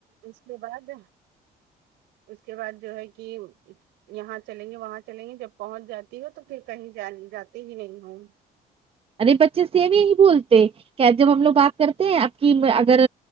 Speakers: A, on the right; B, on the right.
A: اس کے بعد اس کے بعد جو ہے کہ یہاں چلیں گے وہاں چلیں گے جب پہنچ جاتی ہو تو پھر کہیں ج جاتی ہی نہیں ہوں
B: ارے بچے سی بھی ہی بولتے کیا جب ہم لوگ بات کرتے ہیں آپ کی اگر